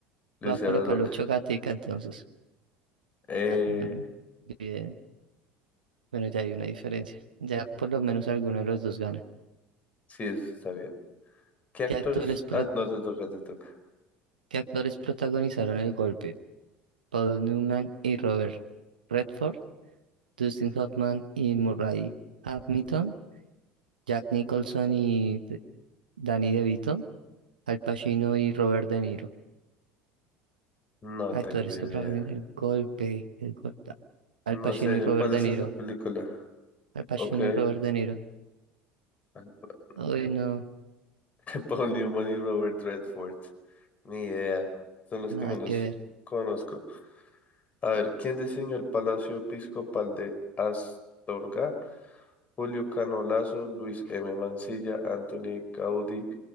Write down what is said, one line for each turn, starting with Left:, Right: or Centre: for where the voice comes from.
Left: Lo
Right: va
Left: hice
Right: a colocar
Left: a la Loca.
Right: Lucho Gatica entonces.
Left: Eh,
Right: Ah, bueno, bien. Bueno, ya hay una diferencia. Ya por lo menos alguno de los dos gana.
Left: sí, eso está bien. ¿Qué actores?
Right: ¿Qué actores, pro-
Left: Ah, no te toca, te toca.
Right: qué actores protagonizaron el golpe? Paul Newman y Robert Redford, Dustin Hoffman y Murray Hamilton, Jack Nicholson y Danny DeVito, Al Pacino y Robert De Niro.
Left: No
Right: Actores
Left: tengo idea.
Right: que practican el golpe, el golpe. Al
Left: No
Right: Pacino
Left: sé,
Right: y Robert
Left: ¿cuál
Right: De
Left: es
Right: Niro.
Left: esa película?
Right: Al Pacino
Left: Ok.
Right: y Robert De Niro.
Left: <laughs>
Right: Uy, no,
Left: Paul Newman y Robert Redford. Ni idea. Son los
Right: nada
Left: que menos
Right: que ver.
Left: conozco. A ver, ¿quién diseñó el Palacio Episcopal de Astorga? Julio Canolazo, Luis M. Mancilla, Anthony Gaudí,